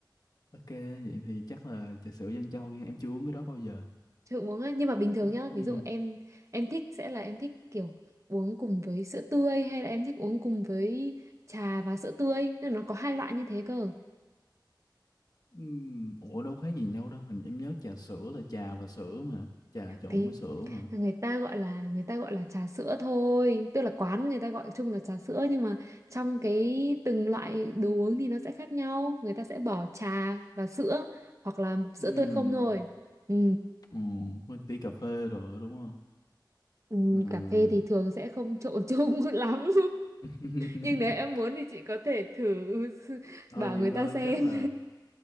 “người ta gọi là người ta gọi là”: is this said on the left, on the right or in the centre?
Right